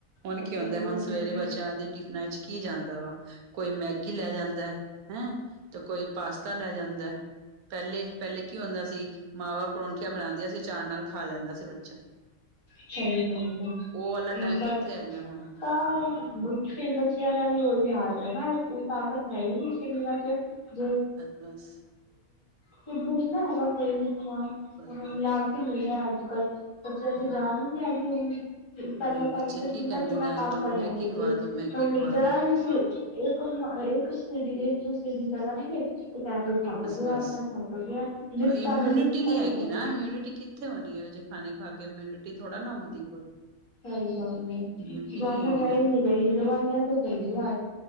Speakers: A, on the right; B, on the left.
A: ਹੁਣ
B: ਬਸ
A: ਕੀ ਹੁੰਦਾ
B: ਉਹੀ
A: ਹੁਣ
B: ਗੱਲ
A: ਸਵੇਰੇ
B: ਹੈ।
A: ਬੱਚਿਆਂ ਦੇ ਟਿਫਨਾਂ 'ਚ ਕੀ ਜਾਂਦਾ ਵਾ। ਕੋਈ ਮੈਗੀ ਲੈ ਜਾਂਦਾ ਹੈਂ ਤੇ ਕੋਈ ਪਾਸਤਾ ਲੈ ਜਾਂਦਾ। ਪਹਿਲੇ ਪਹਿਲੇ ਕੀ ਹੁੰਦਾ ਸੀ ਮਾਵਾਂ ਪਰੌਂਠੀਆਂ ਬਣਾਉਂਦੀਆਂ ਸੀ ਅਚਾਰ ਨਾਲ ਖਾ ਲੈਂਦਾ ਸੀ ਬੱਚਾ
B: ਸਹੀ ਗੱਲ ਹੈ
A: ਉਹ ਵਾਲਾ
B: ਹੁਣ
A: ਟਾਈਮ
B: ਤਾਂ
A: ਕਿੱਥੇ ਹੈਗਾ ਹੁਣ
B: ਤਾਂ ਫਿਰ ਬੱਚਿਆਂ ਦਾ ਵੀ ਉਹੀ ਹਾਲ ਹੈ ਨਾ ਉਹ ਤਾਕਤ ਹੈ ਹੀ ਨੀ ਸਰੀਰਾਂ ਚ ਜ
A: ਬਸ ਬਸ
B: ਖੁਧ ਨੀ ਨਾ ਉਹਦਾ ਕੋਈ ਵੀ ਸਮਾਨ
A: ਬਸ ਬਸ ਬਸ
B: ਮਿਲਾਵਟੀ ਮਿਲਦਾ ਅੱਜ ਕੱਲ ਬੱਚਿਆਂ ਤੇ
A: ਹਾਂ।
B: ਜਾਨ ਨਹੀਂ ਹੈਗੀ ਪਹਿਲ
A: ਬ
B: ਟਾਈਮ
A: ਬੱਚੇ ਕੀ
B: ਕਿੰਨਾ
A: ਕਹਿੰਦੇ
B: ਕਿੰਨਾ
A: ਨੇ ਅੱਜ
B: ਕੰਮ
A: ਕੱਲ੍ਹ
B: ਕਰ ਲੈਂਦੇ
A: ਮੈਗੀ ਖਵਾ
B: ਸੀ
A: ਦੋ ਮੈਗੀ
B: ਹੁਣ
A: ਖਵਾ
B: ਜਰਾ
A: ਦੋ
B: ਇੱਕ ਇੱਕ ਸੀੜੀ ਇੱਕ ਦੋ ਸੜੀ ਚੜਨਗੇ ਤੇ ਕਹਿਣਗੇ ਥੱਕ ਗਿਆ
A: ਬੱਸ
B: ਆਪਣਾ ਥੱਕ ਗਿਆ ਲਿਫਟਾਂ
A: ਇਮਊਨੀਿਟੀ
B: ਤੇ ਲਿਫਟਾਂ
A: ਨੀ
B: ਤੇ
A: ਹੈਗੀ
B: ਜਾਂਦੇ
A: ਨਾ
B: ਨੇ
A: ਇਮਿਊਨਿਟੀ ਕਿੱਥੇ ਹੋਣੀ ਹੈੇ ਖਾ ਖਾ ਕੇ ਇਮਿਊਨਿਟੀ ਥੋੜਾ ਨਾ ਹੁੰਦੀ
B: ਸਹੀ ਗੱਲ ਹੈ
A: ਇਮਿਊਨਿਟੀ
B: ਜਾਨਾ
A: ਨਹੀਂ ਹੈਗੀ
B: ਰਹਿ ਹੀ ਨੀ ਗਈ ਦਵਾਈਆਂ ਤੇ ਚੱਲਦੇ ਅੱਜ